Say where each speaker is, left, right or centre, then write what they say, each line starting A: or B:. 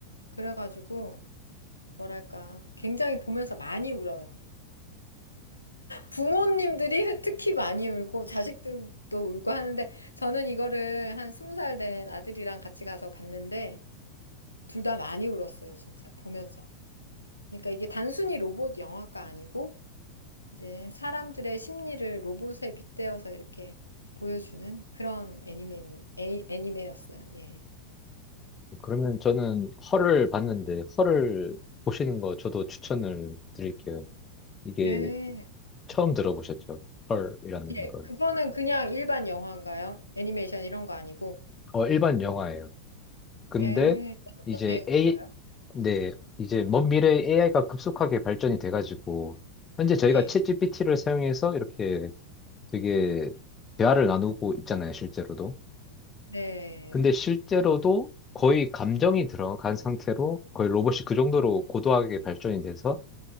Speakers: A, on the left; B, on the left.
A: 그래가지고, 뭐랄까, 굉장히 보면서 많이 울어요. 부모님들이 <laughs> 특히 많이 울고, 자식들도 울고 하는데, 저는 이거를 한 스무 살 된 아들이랑 같이 가서 봤는데, 둘 다 많이 울었어요, 진짜, 보면서. 그러니까 이게 단순히 로봇 영화가 아니고, 이제 사람들의 심리를 로봇에 빗대어서 이렇게 보여주는 그런 애니메니, 애, 애니메였어요. 예.
B: 그러면 저는 헐을 봤는데 헐을 보시는 거 저도 추천을 드릴게요. 이게
A: 네.
B: 처음 들어보셨죠? 헐이라는
A: 예,
B: 걸.
A: 그거는 그냥 일반 영화인가요? 애니메이션 이런 거 아니고?
B: 어 일반 영화예요. 근데
A: 예, 어떤
B: 이제
A: 내용인가요?
B: A, 네, 이제 먼 미래에 AI가 급속하게 발전이 돼가지고 현재 저희가
A: 예.
B: 챗GPT를 사용해서 이렇게 되게 대화를 나누고 있잖아요, 실제로도.
A: 네.
B: 근데 실제로도 거의 감정이 들어간 상태로 거의 로봇이 그 정도로 고도하게 발전이 돼서